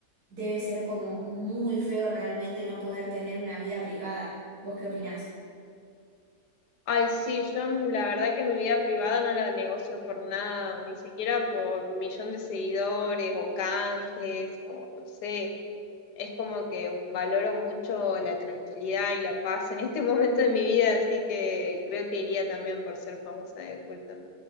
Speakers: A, on the right; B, on the left.
A: debe ser como muy feo realmente no poder tener una vida privada. ¿Vos qué opinás?
B: Ay, sí, yo mm, la verdad que mi vida privada no la negocio por nada, ni siquiera por un millón de seguidores o canjes o no sé. Es como que valoro mucho la tranquilidad y la paz en este <laughs> momento de mi vida, así que creo que iría también por ser famosa de culto.